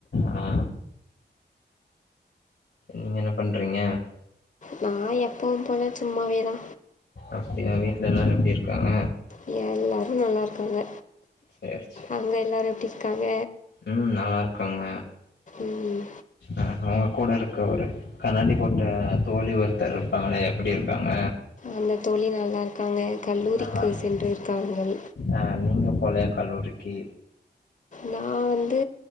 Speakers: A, on the left; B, on the left.
A: ஆ நீங்க என்ன பண்றீங்க
B: நா எப்பவு போல சும்மாவே தா
A: அப்டியா வீட்ல எல்லாரு எப்டி இருக்காங்க
B: உ எல்லாரு நல்லாருக்காங்க
A: சேரி
B: அங்க எல்லாரு எப்டி இருக்காங்க
A: உ நல்லா இருக்காங்க
B: ம்,
A: ஆ அவுங்க கூட இருக்க ஒரு கண்ணாடி போட்ட தோழி ஒருத்தர் இருப்பாங்களே எப்டி இருப்பாங்க
B: அந்த தோழி நல்லா இருக்காங்க கல்லூரிக்கு
A: நல்லா இருக்
B: சென்று இருக்காங்கள்
A: ஆ நீங்க போலயா கல்லூரிக்கு
B: நா வந்து